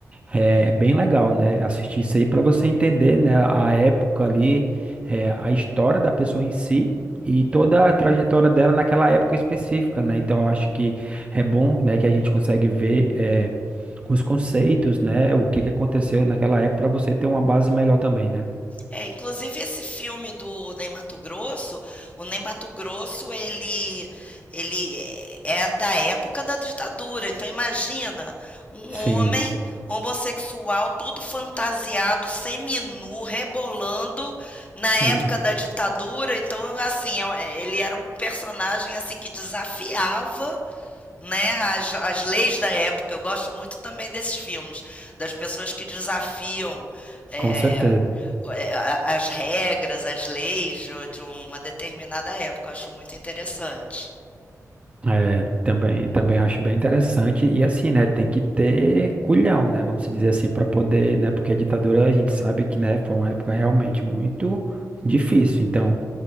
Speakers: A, on the right; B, on the left.
A: É, é bem legal, né? Assistir isso aí para você entender, né, a época ali, é, a história da pessoa em si e toda a trajetória dela naquela época específica, né? Então eu acho que é bom, né, que a gente consegue ver é, os conceitos, né, o que que aconteceu naquela época para você ter uma base melhor também, né?
B: É, inclusive esse filme do Ney Mato Grosso, o Ney Mato Grosso, ele, ele é da época da ditadura. Então imagina um
A: Sim.
B: homem homossexual todo fantasiado, seminu, rebolando na época
A: <laughs>
B: da ditadura. Então assim, é, ele era um personagem assim que desafiava né, as, as leis da época. Eu gosto muito também desses filmes, das pessoas que desafiam é,
A: Com certeza.
B: as regras, as leis de uma determinada época. Eu acho muito interessante.
A: É, também, também acho bem interessante. E assim, né, tem que ter culhão, né, vamos dizer assim, para poder, né, porque a ditadura a gente sabe que, né, foi uma época realmente muito difícil. Então,